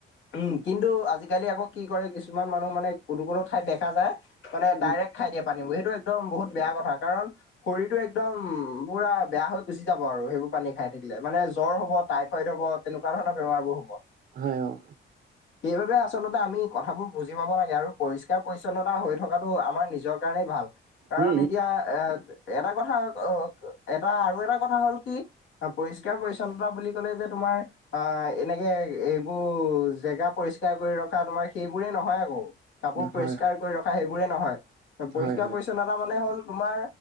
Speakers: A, on the left (about 70°); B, on the right (about 55°).
A: উম, কিন্তু আজিকালি আকৌ কি কৰে কিছু কিছুমান মানুহ মানে কোনো-কোনো ঠাইত দেখা যায় মানে ডাইৰেক
B: উম,
A: খাই দিয়ে। পানীবোৰ হেইটো একদম বহুত বেয়া কথা কাৰণ শৰীৰটো একদম পুৰা বেয়া হৈ গুচি যাব আৰু সেইবোৰ। পানী খাই থাকিলে মানে জ্বৰ হ'ব, টাইফইড হ'ব, তেনেকুৱা ধৰণৰ বেমাৰবোৰ হ'ব।
B: হয়। অ',
A: সেইবাবে আচলতে আমি কথাবোৰ বুজি পাব লাগে আৰু পৰিষ্কাৰ পৰিচ্ছন্নতা হৈ থকাটো আমাৰ নিজৰ কাৰণেই ভাল কাৰণ
B: উম,
A: এই এতিয়া এ এটা কথা অ', এটা আৰু এটা কথা হ'ল কি আৰু পৰিষ্কাৰ পৰিচ্ছন্নতা বুলি ক'লেই যে তোমাৰ অ', এনেকে এইবোৰ জেগা পৰিষ্কাৰ কৰি ৰখা তোমাৰ সেই বোৰেই নহয় আকৌ
B: উম,
A: কাপোৰ পৰিষ্কাৰ
B: হয়,
A: কৰি ৰখা সেইবোৰে নহয় পৰিষ্কাৰ
B: হয়, হয়।
A: পৰিছন্নতা মানে হ'ল তোমাৰ